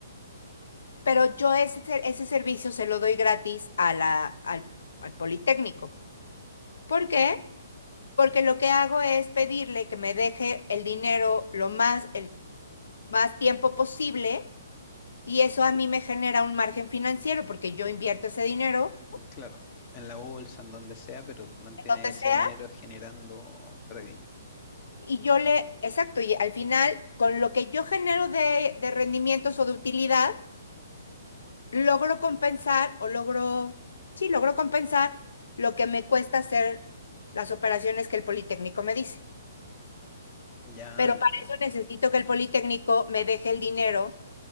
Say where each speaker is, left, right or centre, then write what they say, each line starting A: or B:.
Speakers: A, on the left; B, on the left.
A: pero yo ese, ser- ese servicio se lo doy gratis a la, al, al Politécnico. ¿Por qué? Porque lo que hago es pedirle que me deje el dinero lo más, el más tiempo posible Y eso a mí me genera un margen financiero porque yo invierto ese dinero
B: claro. En la bolsa, en donde sea, pero mantiene
A: donde
B: ese
A: sea
B: dinero generando revenue.
A: y yo le, exacto, y al final con lo que yo genero de, de rendimientos o de utilidad, logro compensar o logro, sí, logro compensar lo que me cuesta hacer las operaciones que el Politécnico me dice.
B: Ya
A: Pero
B: entiendo,
A: para eso necesito que el Politécnico me deje el dinero